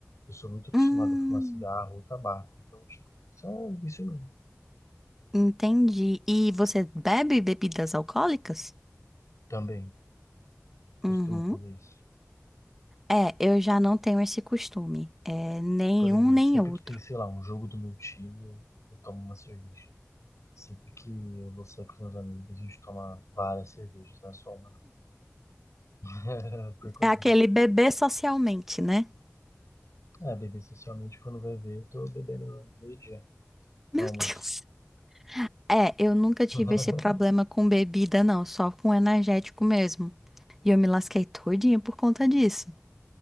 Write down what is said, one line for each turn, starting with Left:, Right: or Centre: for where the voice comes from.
Left: Eu sou muito acostumado
Centre: Hum,
Left: a fumar cigarro ou tabaco, então, tipo, isso é um vício meu.
Centre: entendi. E você bebe bebidas alcoólicas?
Left: Também costumo
Centre: Uhum.
Left: fazer isso.
Centre: É, eu já não tenho esse costume. É, nenhum
Left: Por exemplo,
Centre: nem
Left: sempre
Centre: outro.
Left: que tem, sei lá, um jogo do meu time, eu tomo uma cerveja. Sempre que eu vou sair com os meus amigos, a gente toma várias cervejas, não é só uma. não. <laughs> Por quase.
Centre: É aquele beber socialmente, né?
Left: É, beber socialmente, quando vai ver, eu tô bebendo meio-dia
Centre: Meu
Left: no almoço.
Centre: Deus. É, eu nunca tive
Left: <laughs>
Centre: esse problema com bebida, não, só com energético mesmo. E eu me lasquei todinha por conta disso.